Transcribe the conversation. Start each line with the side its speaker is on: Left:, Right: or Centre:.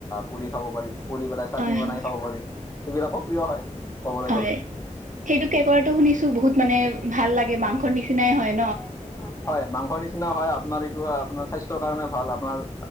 Left: পুৰি খাব পাৰি। পুৰি পেলাই চাটনি
Right: হয় হয়
Left: বনাই খাব পাৰি। সেইবিলাকো প্ৰিয় হয়, ক'বলৈ
Right: হয়।
Left: গ'লে।
Right: সেইটো কেঁকোৰাটো শুনিছোঁ! বহুত মানে, ভাল লাগে, মাংসৰ নিচিনাই হয়।
Left: ন' হয় ন'? হয়, মাংস নিচিনা হয়। আপোনাৰ এইটো, আপোনাৰ স্বাস্থ্যৰ কাৰণে ভাল। আপোনাৰ